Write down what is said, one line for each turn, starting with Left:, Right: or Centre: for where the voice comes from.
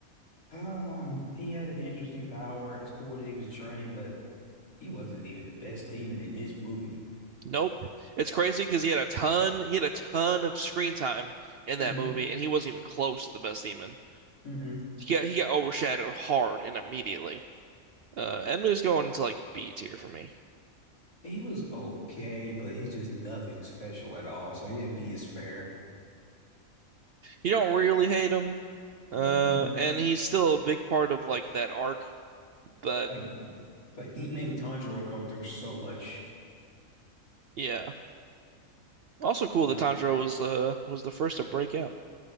Left: ah, he had an interesting power. It's cool that he was trained, but he wasn't even the best demon in his movie.
Right: Nope. It's crazy because he had a ton, he had a ton of screen time in
Left: hmm
Right: that movie, and he wasn't even close to the best demon.
Left: hmm
Right: He got he got overshadowed hard and immediately. Uh, Enmu's going into like B tier for me.
Left: He was okay, but he's just nothing special at all. So yeah, B is fair.
Right: You don't really hate him, uh,
Left: Mm, no,
Right: and he's still a big part of like that arc. But
Left: I agree. Like he
Right: mm,
Left: made Tanjiro go through so much.
Right: yeah, also cool
Left: Like
Right: that Tanjiro was the uh was the first to break out.